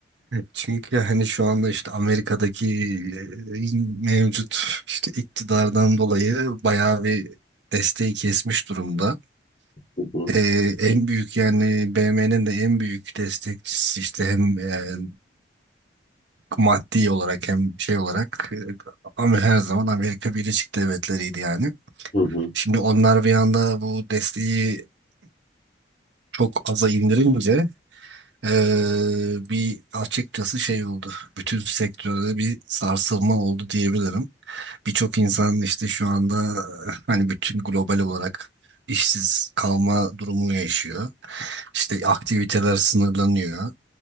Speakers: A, on the right; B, on the left.
A: Çünkü hani şu anda işte Amerika'daki e, mevcut işte iktidardan dolayı bayağı bir desteği kesmiş durumda.
B: Hı hı.
A: Ee, en büyük yani BM'nin de en büyük destekçisi işte hem e, maddi olarak hem şey olarak e, ama her zaman Amerika Birleşik Devletleri'ydi yani.
B: Hı hı.
A: Şimdi onlar bir anda bu desteği çok aza indirince Ee, bir açıkçası şey oldu. Bütün sektörde bir sarsılma oldu diyebilirim. Birçok insan işte şu anda eh, hani bütün global olarak işsiz kalma durumu yaşıyor. İşte aktiviteler sınırlanıyor.